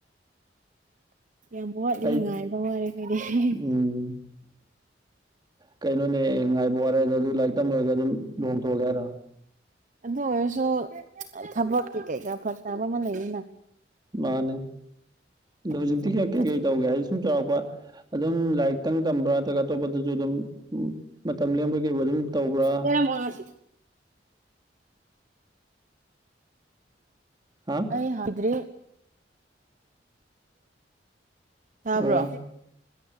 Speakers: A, on the right; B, on the right.
A: ꯌꯥꯝ ꯋꯥꯠꯂꯤ
B: ꯑꯩ
A: ꯉꯥꯏꯕ ꯋꯥꯔꯦ ꯑꯩꯗꯤ
B: ꯎꯝ ꯀꯩꯅꯣꯅꯦ ꯉꯥꯏꯕ ꯋꯥꯔꯦ ꯍꯥꯏꯗꯣ ꯑꯗꯨ ꯂꯥꯏꯔꯤꯛ ꯇꯝ ꯂꯣꯏꯔꯒ ꯑꯗꯨꯝ ꯂꯨꯍꯣꯡꯊꯣꯛꯑꯒꯦ ꯍꯥꯏꯔꯣ
A: ꯑꯗꯨ ꯑꯣꯏꯔꯁꯨ ꯊꯕꯛꯀꯤ ꯀꯩꯀꯥ ꯐꯔꯛ ꯇꯥꯕ ꯑꯃ ꯂꯩꯅꯤꯅ
B: ꯃꯥꯅꯦ ꯑꯗꯣ ꯍꯧꯖꯤꯛꯇꯤ
A: ꯑꯗꯨꯒꯤꯅꯤꯗ
B: ꯀꯩ ꯀꯩꯀꯩ ꯇꯧꯒꯦ ꯍꯥꯏ ꯁꯨꯝ ꯆꯥꯎꯔꯥꯛꯄ ꯑꯗꯨꯝ ꯂꯥꯏꯛ ꯈꯤꯇꯪ ꯇꯝꯕ꯭ꯔꯥ ꯅꯠꯇ꯭ꯔꯒ ꯑꯇꯣꯞꯄꯗꯁꯨ ꯑꯗꯨꯝ ꯃꯇꯝ ꯂꯦꯟꯕꯣꯏ ꯀꯩꯕꯣꯏ ꯑꯗꯨꯝ ꯇꯧꯕ꯭ꯔꯥ
A: ꯀꯅꯥꯝ ꯋꯥ ꯉꯥꯡꯏꯁꯤ
B: ꯍꯥ
A: ꯑꯩ ꯍꯥꯏꯗ꯭ꯔꯤ ꯇꯥꯕ꯭ꯔꯣ
B: ꯑꯣ